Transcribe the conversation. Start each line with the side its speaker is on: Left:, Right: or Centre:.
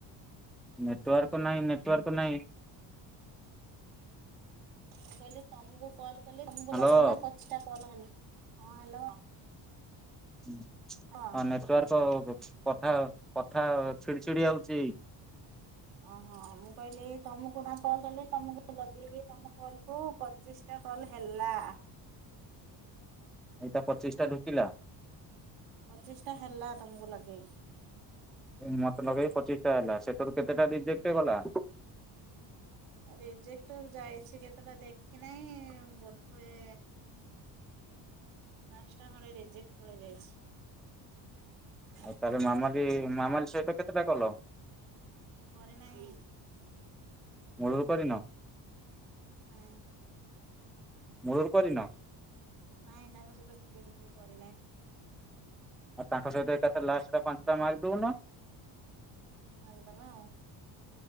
Centre: ନେଟୱାର୍କ ନାହିଁ ନେଟୱାର୍କ ନାହିଁ।
Right: କହିଲି ତମକୁ କଲ୍ କଲି ତମକୁ
Centre: ହ୍ୟାଲୋ।
Right: ଲଗିଇକିନା ପଚିଟା କଲ ହେଲା। ହଁ ହ୍ୟାଲୋ।
Centre: ଆଉ
Right: ହଁ
Centre: ନେଟୱାର୍କ କଥା କଥା ଛିଡି ଛିଡି ଆଉ। ସେ
Right: ଓହୋ ମୁଁ କହିଲି ତମକୁ ନା ଫୋନ୍ କଲି ତମକୁ ଲଗେଇବି ତମକୁ କଲ କୁ ପଚିଶ ଟା କଲ ହେଲା।
Centre: ଏଇଟା ପଚିଶ ଟା ଢୁକିଲା।
Right: ପଚିଶଟା ହେଲା ତମକୁ ଲଗେଇକି।
Centre: ମତେ ଲଗେଇକି ପଚିଶ ଟା ହେଲା ସେଠରୁ କେତେଟା ରିଜେକ୍ଟ ଗଲା?
Right: ରେଜେକ୍ଟ ଯାଇଛି କେତେଟା ଦେଖି ନାହିଁ ବୋଧ ହୁଏ। ପାଞ୍ଚଟା ଘଣ୍ଡେ ରିଜେକ୍ଟ ପଳେ ଯାଇଛି।
Centre: ଆଉ ତାହଲେ
Right: ଚାରିଟା।
Centre: ମାମାଲି ମାମାଲି ସହିତ କେତେଟା କଲ?
Right: କରେ ନାଁହିଁ।
Centre: ମୁଳୁରୁ କରିିନ?
Right: ନାଇଁ
Centre: ମୂଳରୁ କରିନ
Right: ନାଇଁ ତାଙ୍କ ସହିତ ବିଲକୁଲ। କରିନାଇ।
Centre: ଆଉ ତାଙ୍କ ସହିତ କେତେ ଲାଷ୍ଟ ଟା ପାଞ୍ଚଟା ମାରି ଦଉନ।
Right: ମାରିଦବା ଆଉ।